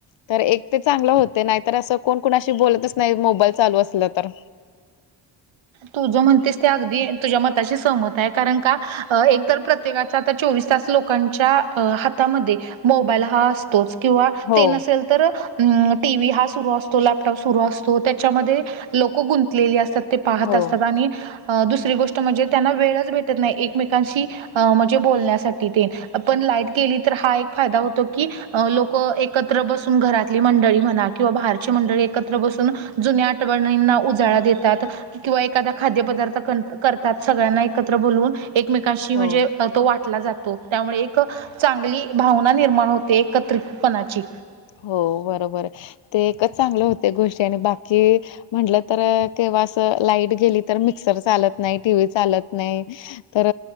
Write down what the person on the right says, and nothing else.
तुझ म्हणतेस ते अगदी तुझ्या मताशी सहमत आहे. कारण का एक तर प्र त्येकाचा आता चोवीस तास लोकांच्या हातामध्ये मोबाईल हा असतोच. किंवा
ते नसेल तर, अं टी व्ही हा सुरु असतो लॅपटॉप सुरू असतो त्याच्यामध्ये लोक गुंतलेली असतात. ते पाहत
असतात आणि अं दुसरी गोष्ट म्हणजे त्यांना वेळच भेटत नाही, एकमेकांशी अ म्हणजे बोलण्यासाठी तेन. पण लाईट गेली तर हा एक फायदा होतो की, अ लोक एकत्र बसून घरातली मंडळी म्हणा किंवा बाहेरची मंडळी एकत्र बसून जुन्या आठ टवणींना उजाळा देतात. किंवा एखादा खाद्यपदार्थ कण करतात सगळ्यांना एकत्र बोलवून एकमेकांशी
म्हणजे, अ तो वाटला जातो. त्यामुळे एक चांगली भावना निर्माण होते एकत्रितपणाची.